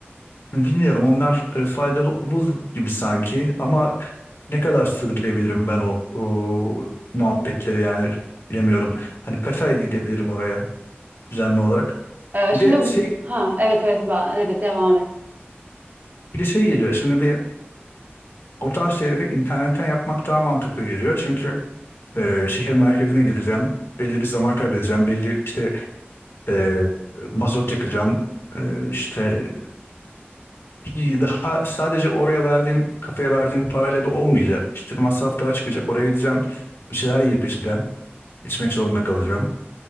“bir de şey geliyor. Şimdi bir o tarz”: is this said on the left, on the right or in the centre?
Left